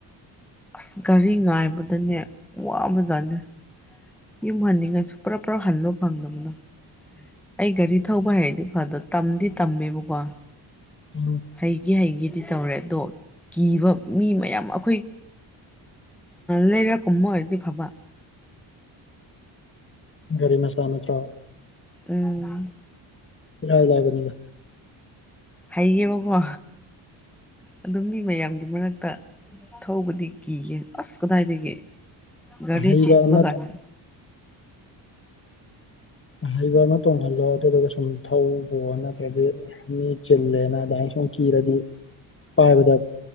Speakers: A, in the centre; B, on the left.
A: ꯑꯁ ꯒꯥꯔꯤ ꯉꯥꯏꯕꯗꯅꯦ ꯋꯥꯕꯖꯥꯠꯅꯤ ꯌꯥꯝ ꯃꯅꯤꯒꯁꯨ ꯄꯨꯂꯞ ꯄꯨꯂꯞ ꯍꯟꯕ ꯐꯪꯗꯕꯅꯣ ꯑꯩ ꯒꯥꯔꯤ ꯊꯧꯕ ꯍꯥꯏꯔꯗꯤ ꯐꯗ ꯇꯝꯗꯤ ꯇꯝꯃꯦꯕꯀꯣ
B: ꯎꯝ
A: ꯍꯩꯒꯤ ꯍꯩꯒꯤꯗꯤ ꯇꯧꯔꯦ ꯑꯗꯣ ꯀꯤꯕ ꯃꯤ ꯃꯌꯥꯝ ꯑꯩꯈꯣꯏ ꯂꯩꯔ ꯀꯨꯝꯕ ꯑꯣꯏꯔꯗꯤ ꯐꯕ
B: ꯒꯥꯔꯤꯃꯁꯥꯟꯅ ꯆꯣ
A: ꯄ
B: ꯕꯅꯤꯗ
A: ꯍꯩꯒꯦꯕꯀꯣ ꯑꯗꯨꯝ ꯃꯤ ꯃꯌꯥꯝꯒꯤ ꯃꯔꯛꯇ ꯊꯧꯕꯗꯤ ꯀꯤꯒꯦ ꯑꯁ ꯀꯗꯥꯥꯏꯗꯤꯒꯦ ꯒꯥꯔꯤ
B: ꯑꯍꯩꯕ
A: ꯆꯤꯟꯤꯟꯕꯒꯔꯅꯤ
B: ꯑꯃ ꯍꯩꯕ ꯑꯃ ꯇꯣꯡꯍꯜꯂꯣ ꯑꯗꯨꯗꯨꯒ ꯁꯨꯝ ꯊꯣ ꯅꯠꯇ꯭ꯔꯗꯤ ꯃꯤ ꯆꯤꯜꯂꯦꯅ ꯑꯗꯨꯃꯥꯏꯅ ꯁꯨꯝ ꯀꯤꯔꯗꯤ ꯄꯥꯏꯕꯗ